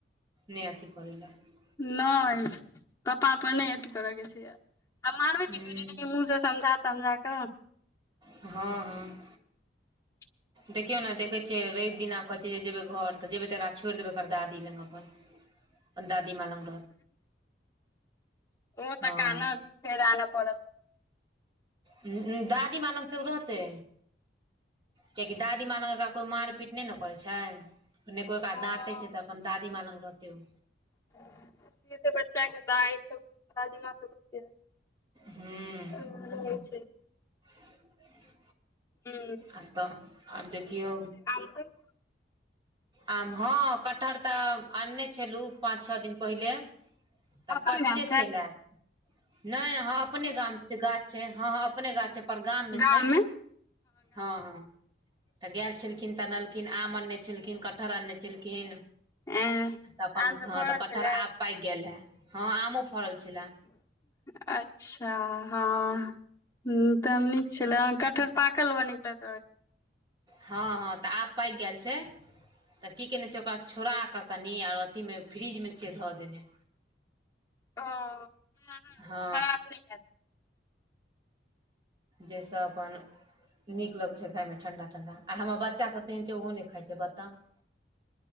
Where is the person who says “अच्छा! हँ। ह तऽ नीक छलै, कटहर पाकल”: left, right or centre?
Left